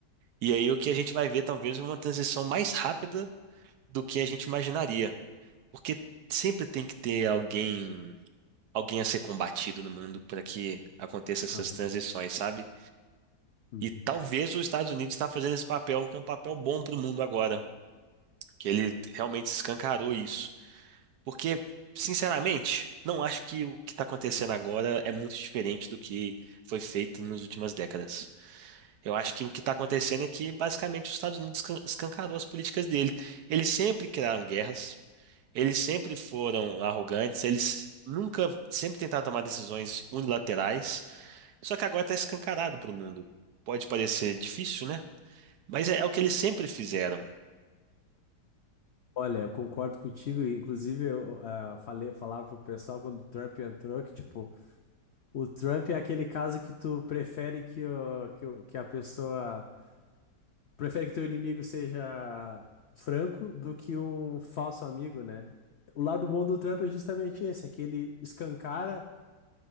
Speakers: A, on the right; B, on the left.
A: E aí o que a gente vai ver talvez é uma transição mais rápida do que a gente imaginaria. Porque sempre tem que ter alguém, alguém a ser combatido no mundo para que aconteça essas
B: aham.
A: transições, sabe?
B: Uhum.
A: E talvez os Estados Unidos está fazendo esse papel, que é um papel bom para o mundo agora, que ele realmente escancarou isso. Porque, sinceramente, não acho que o que está acontecendo agora é muito diferente do que foi feito nas últimas décadas. Eu acho que o que está acontecendo é que, basicamente, os Estados Unidos escan- escancarou as políticas dele. Eles sempre criaram guerras, eles sempre foram arrogantes, eles nunca, sempre tentaram tomar decisões unilaterais, só que agora está escancarado para o mundo. Pode parecer difícil, né? Mas é, é o que eles sempre fizeram.
B: Olha, eu concordo contigo. e, Inclusive, eu ah, falei, falava pro pessoal quando o Trump entrou que, tipo, o Trump é aquele caso que tu prefere que, o, que, o- que a pessoa. Prefere que teu inimigo seja franco do que um falso amigo, né? O lado bom do Trump é justamente esse, é que ele escancara